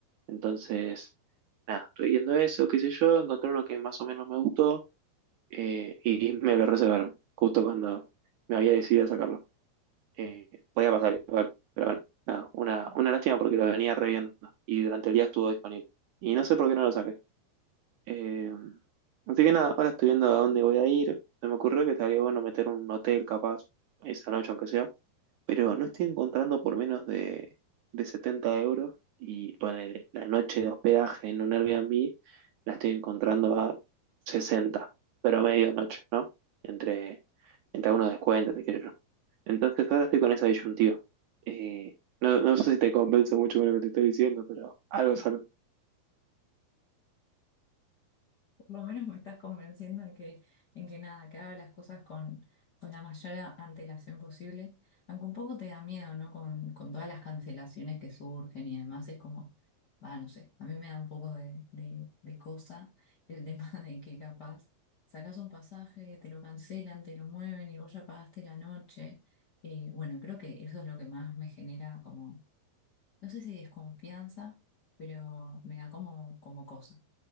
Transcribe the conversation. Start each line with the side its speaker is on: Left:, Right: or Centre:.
Right: Entonces, nada, estoy viendo eso, qué sé yo, encontré uno que más o menos me gustó eh, y me lo reservaron, justo cuando me había decidido a sacarlo. Eh, podía pasar igual, pero bueno, nada, una, una lástima porque lo venía reviendo y durante el día estuvo disponible. Y no sé por qué no lo saqué. Eh, así que nada, ahora estoy viendo a dónde voy a ir. Se me ocurrió que estaría bueno meter un hotel capaz esa noche, aunque sea. Pero no estoy encontrando por menos de, de 70 euros. Y poner la noche de hospedaje en un Airbnb la estoy encontrando a 60 pero medianoche, ¿no? Entre, entre algunos descuentos, qué sé yo. Entonces ahora estoy con esa disyuntiva. Eh, no, no sé si te convence mucho con lo que te estoy diciendo, pero algo es algo.
Left: Por lo menos me estás convenciendo en que, en que nada, que haga las cosas con, con la mayor antelación posible, aunque un poco te da miedo, ¿no? Con, con todas las cancelaciones que surgen y demás, es como, va, no sé, a mí me da un poco de, de, de cosa el tema <laughs> de que capaz sacas un pasaje, te lo cancelan, te lo mueven y vos ya pagaste la noche. Eh, bueno, creo que eso es lo que más me genera como, no sé si desconfianza, pero me da como, como cosa.